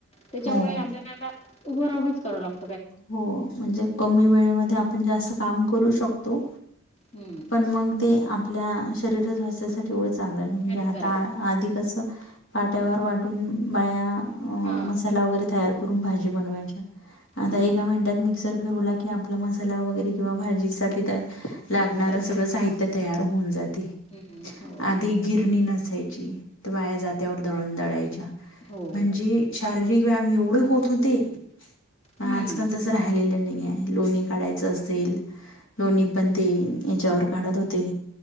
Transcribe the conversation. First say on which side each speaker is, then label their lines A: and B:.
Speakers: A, on the left; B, on the left.
A: त्याच्यामुळे
B: हो
A: आपल्याला आता उभं राहूनच करावं लागतो.
B: हो म्हणजे कमी वेळेमध्ये आपण जास्त काम करू शकतो.
A: हम्म,
B: पण मग ते आपल्या शरीर स्वास्थ्यासाठी एवढंच. चांगलं म्हणजे
A: हानिकारक
B: आता
A: आहे.
B: आधि कसं पाट्यावर वाटून बाया अं
A: हां.
B: मसाला वगैरे तयार करून भाजी बनवायच्या.
A: हम्म.
B: आता एका मिनिटात मिक्स क <unintelligible> फिरवला कि आपला मसाला वगैरे किंवा भाजीसाठी लागणार
A: ते
B: सगळं साहित्य तयार होऊन जाते,
A: हम्म. हो,
B: आधी गिरणी न <unintelligible> बाया जात्यावर दळण दळायच्या
A: हो.
B: म्हणजे शारीरिक व्यायाम एवढे होत होते पण
A: हम्म.
B: आजकाल तसं राहिलेलं नाही आहे लोणी काढायच असेल लोणी पण ते याच्यावर काढत होते